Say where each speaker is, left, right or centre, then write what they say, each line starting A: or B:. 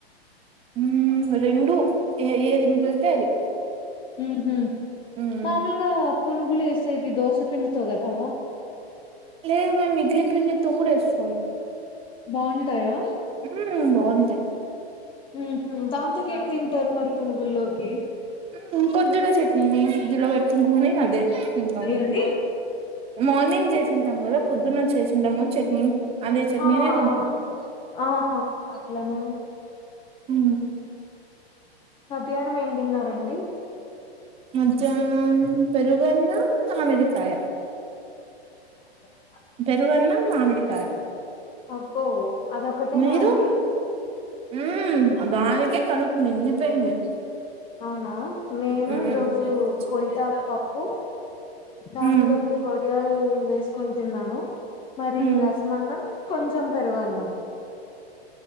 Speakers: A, on the right; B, on the left.
A: హుం రెండు ఏది మీగిల్తే అది
B: ఉహు
A: మ్మ్
B: మామూలుగా పునుగులు ఎసేది దోశపిన్డితో గదా
A: లేదండి ఇడ్లి పండితో కూడా వేస్తాం
B: బాగుంటాయా
A: హుం బాగుంటాయి
B: ఉహు దాంతోకి ఏం తింటారు మరి పునుగుల్లోకి
A: హ్మ్ ఇన్కొదూలో చట్నీని ప్రీజులో పెట్టికని అదే తింటాం
B: ఏంది
A: మార్నింగ్ చేసింటాం కదా పొద్దున్న వచ్చేసిాం టాము చట్నీ అదే చట్నీనే
B: ఆ
A: తింటాము
B: ఆ ఆ. ఆహా అట్లనా
A: ఉ
B: మధ్యాహ్నం ఏం తిన్నారండి
A: మధ్యాహ్నం పెరుగన్మం మామిడికాయ
B: అ
A: తెరుగన్న మామిడికాయ
B: అబ్బో అదొకటేనా
A: మీరు
B: అండి
A: హ్మ్ ఆ గాలికె కడుపు నిండిపేయింది
B: అవునా నేను
A: హ్మ్
B: ఈ రోజు కొయతాకుపప్పు దాంట్లో
A: హ్మ్
B: కి ఒడియాల్ వేస్ కొనీ తిన్నాను మరి
A: హ్మ్
B: ఈ రసం అన్నం కొంచెం పెరుగ అన్నం